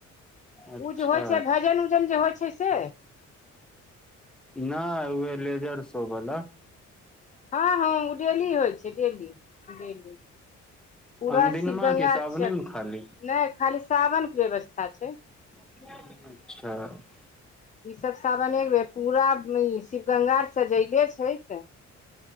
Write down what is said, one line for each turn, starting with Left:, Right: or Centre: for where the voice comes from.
Centre: अच्छा
Left: ओ जे होइ छैय भजन उजन जे होइ छैय से
Centre: नई उहे लेजर सब बला
Left: हँ हँ ओ डेली होइ छैय डेली डेली पूरा
Centre: अनदिनमा
Left: शिवगंगा
Centre: कि सावनेमे
Left: चक
Centre: खाली
Left: नहि खाली साावन कऽ व्यवस्था छैय
Centre: अच्छा
Left: ईसभ सावन एक बेे पूरा शिव गंगा आर सजयले छैय तऽ